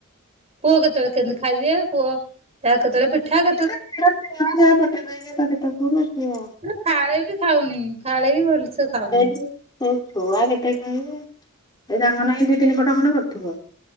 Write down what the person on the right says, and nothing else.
ପୁଅ କେତେବେଳେ କେମତି ଖାଇଦିଏ। ପୁଅ ତା କେତେବେଳେ ପିଠା
କେ ନା ଫାଳେ ବି ଖାଉନି। ଫାଳେ ବି ଭଲସେ ଖାଉନି।